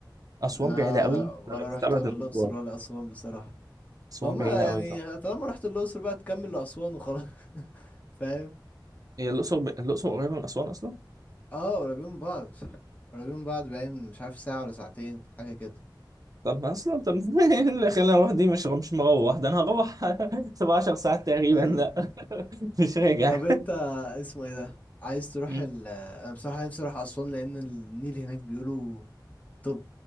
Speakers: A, on the right; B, on the left.
A: أسوان
B: انا
A: بعيدة
B: ولا
A: قوي
B: ولا
A: أنا بستبعد
B: رحت ولا
A: المشوار
B: الأقصر ولا أسوان بصراحة
A: أسوان
B: وهما
A: بعيدة
B: يعني
A: قوي طبعا
B: طالما رحت الأقصر بقى تكمل لأسوان وخلاص <laughs> فاهم
A: هي الأقصر ب... الأقصر قريبة من أسوان أصلا
B: اه قريبين من بعض قريبين من بعض باين مش عارف ساعة ولا ساعتين حاجة كده
A: طب ما أصلا طب <laughs> إيه اللي خلاني أروح دي مش مش مروح ده أنا هروح <laughs> 17 ساعات تقريبا
B: أي.
A: لا <laughs> مش راجع
B: طب انت اسمه ايه ده عايز تروح
A: م.
B: ال انا بصراحة نفسي اروح أسوان لأن النيل هناك بيقولوا طب